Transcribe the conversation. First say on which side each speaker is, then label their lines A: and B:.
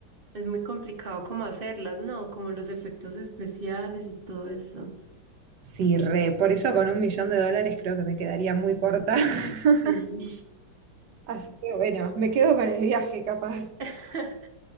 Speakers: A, on the right; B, on the right.
A: es muy complicado como hacerlas, ¿no? Como los efectos especiales y todo eso.
B: sí, re. Por eso con un millón de dólares creo que me quedaría muy corta. <laughs>
A: Sí.
B: Así que bueno, me quedo con el viaje capaz.
A: <laughs>